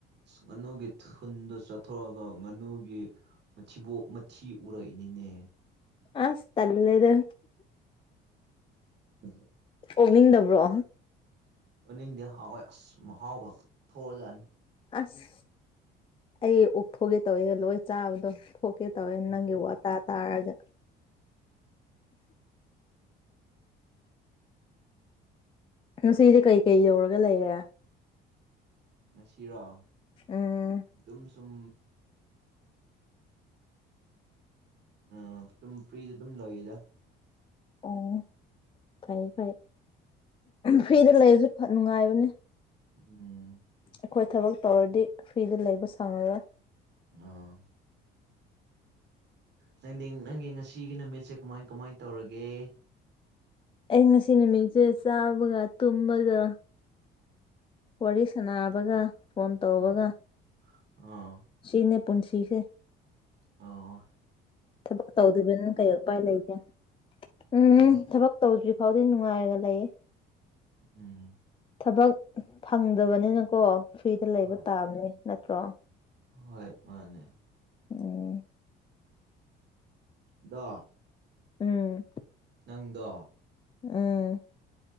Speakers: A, on the right; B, on the left.
A: ꯉꯥꯅꯨꯒꯤ ꯊꯨꯟꯗꯨ ꯆꯠꯊꯣꯛꯑꯒ ꯉꯥꯅꯨꯒꯤ ꯃꯊꯤꯕꯣꯛ ꯃꯊꯤ ꯎꯔꯛꯏꯅꯤꯅꯦ
B: ꯑꯁ ꯇꯜꯂꯦꯗ
A: <unintelligible>
B: ꯑꯣꯛꯅꯤꯡꯗꯕ꯭ꯔꯣ
A: ꯎꯅꯤꯡꯗꯤ ꯍꯥꯎꯋꯦ ꯑꯁ ꯃꯍꯥꯎ ꯈꯛ ꯊꯣꯛꯑꯖꯅꯤ
B: ꯑꯁ ꯑꯩ ꯑꯣꯛꯊꯣꯛꯒꯦ ꯇꯧꯋꯦ ꯂꯣꯏ ꯆꯥꯕꯗꯣ ꯊꯣꯛꯀꯦ ꯇꯧꯋꯦ
A: ꯎꯝ
B: ꯅꯪꯒꯤ ꯋꯥ ꯇꯥ ꯇꯥꯔꯒ ꯉꯁꯤꯗꯤ ꯀꯩ ꯀꯩ ꯗꯧꯔꯒ ꯂꯩꯔꯦ
A: ꯉꯁꯤꯔꯣ ꯑꯗꯨꯝ
B: ꯎꯝ
A: ꯁꯨꯝ ꯎꯝ ꯁꯨꯝ ꯐ꯭ꯔꯤꯗ ꯑꯗꯨꯝ ꯂꯩꯌꯦꯗ
B: ꯑꯣ ꯐꯩ ꯐꯩ ꯐ꯭ꯔꯤꯗ ꯂꯩꯔꯁꯨ ꯅꯨꯡꯉꯥꯏꯕꯅꯦ
A: ꯎꯝ
B: ꯑꯩꯈꯣꯏ ꯊꯕꯛ ꯇꯧꯔꯗꯤ ꯐ꯭ꯔꯤꯗ ꯂꯩꯕ ꯁꯥꯡꯉꯔꯣꯏ
A: ꯑ ꯅꯪꯗꯤ ꯅꯪꯒꯤ ꯉꯁꯤꯒꯤ ꯅꯨꯃꯤꯠꯁꯦ ꯀꯃꯥꯏ ꯀꯃꯥꯏ ꯇꯧꯔꯒꯦ
B: ꯑꯩ ꯉꯁꯤ ꯅꯨꯃꯤꯠꯁꯦ ꯆꯥꯕꯒ ꯇꯨꯝꯕꯒ ꯋꯥꯔꯤ ꯁꯥꯟꯅꯕꯒ ꯐꯣꯟ ꯇꯧꯕꯒ
A: ꯑꯥ ꯑꯥ
B: ꯁꯤꯅꯦ ꯄꯨꯟꯁꯤꯁꯦ
A: ꯑꯥ
B: ꯊꯕꯛ ꯇꯧꯗꯕꯅ ꯀꯩ ꯎꯄꯥꯏ ꯂꯩꯒꯦ ꯎꯝ
A: ꯑ
B: ꯊ ꯇꯧꯗ꯭ꯔꯤ ꯐꯥꯎꯗꯤ ꯅꯨꯡꯉꯥꯏꯔꯒ ꯂꯩꯌꯦ
A: ꯎꯝ
B: ꯊꯕꯛ ꯐꯪꯗꯕꯅꯤꯅꯀꯣ ꯐ꯭ꯔꯤꯗ ꯂꯩꯕ
A: ꯍꯣꯏ
B: ꯇꯥꯕꯅꯦ ꯅꯠꯇ꯭ꯔꯣ
A: ꯍꯣꯏ ꯃꯥꯅꯦ
B: ꯑꯣ
A: ꯗꯣ
B: ꯎꯝ
A: ꯅꯪꯗꯣ
B: ꯎꯝ